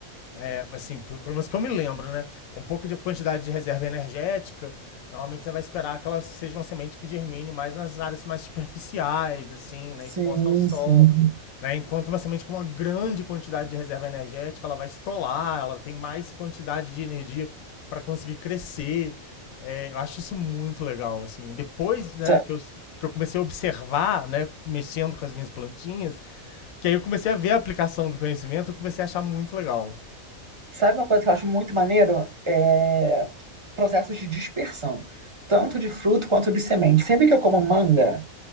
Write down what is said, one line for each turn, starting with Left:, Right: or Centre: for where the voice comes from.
Left: é, assim, por- pelo menos que eu me lembro, né? Com pouca de- quantidade de reserva energética, normalmente você vai esperar que ela seja uma semente que germine mais nas áreas mais superficiais, assim, né? Exposta
Right: Sim,
Left: ao sol.
Right: sim.
Left: Né? Enquanto uma semente com uma grande quantidade de reserva energética, ela vai estolar, ela tem mais quantidade de energia para conseguir crescer. É, eu acho isso muito legal, assim. Depois, né,
Right: Sa-
Left: que eu, que eu comecei a observar, né, mexendo com as minhas plantinhas, que aí eu comecei a ver a aplicação do conhecimento, eu comecei a achar muito legal.
Right: Sabe uma coisa que eu acho muito maneiro? É processos de dispersão, tanto de fruto quanto de semente. Sempre que eu como manga,